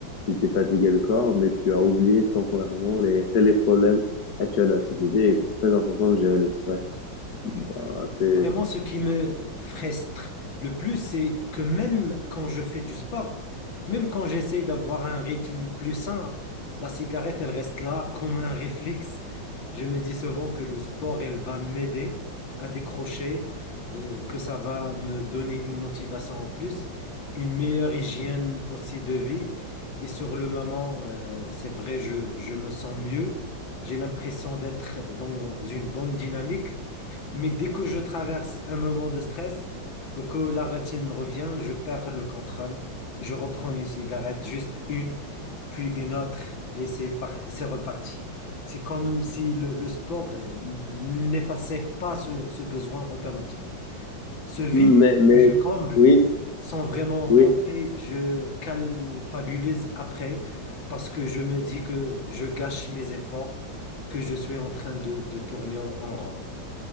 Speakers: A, on the left; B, on the left.
A: tu t'es fatigué le corps, mais tu as oublié temporairement les, <laughs> les problèmes actuels
B: non.
A: de la société. Et c'est très important de gérer le stress.
B: Ah oui.
A: Bah, c'est...
B: Vraiment, ce qui me frustre le plus, c'est que même quand je fais du sport, même quand j'essaie d'avoir un rythme plus sain, la cigarette, elle reste là comme un réflexe. Je me dis souvent que le sport, elle va m'aider à décrocher, euh, que ça va me donner une motivation en plus, une meilleure hygiène aussi de vie. Et sur le moment, euh, c'est vrai, je, je me sens mieux. J'ai l'impression d'être dans une bonne dynamique. Mais dès que je traverse un moment de stress, euh, que la routine revient, je perds le contrôle. Je reprends une cigarette, juste une, puis une autre, et c'est par- c'est reparti. C'est comme si le, le sport euh, n'effaçait pas ce, ce besoin automatique. Ce vide
A: Mais, mais
B: que je comble
A: oui,
B: sans vraiment en
A: oui.
B: penser, je culpabilise après parce que je me dis que je gâche mes efforts, que je suis en train de, de tourner en rond.